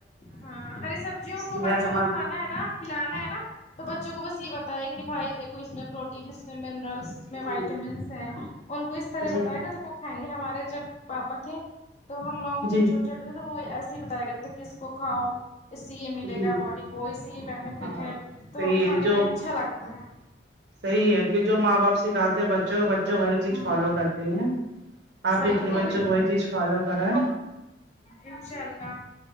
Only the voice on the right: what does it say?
صحت
مند
جی
جی
جی
جی
جی
ہاں
صحیح
ہے جو
صحیح ہے کہ جو ماں باپ سکھاتے ہیں بچوں کو بچے وہی چیز
فالو کرتے ہیں آپ
بھی اپنے
بچوں
کو
وہی
چیز فالو کرائے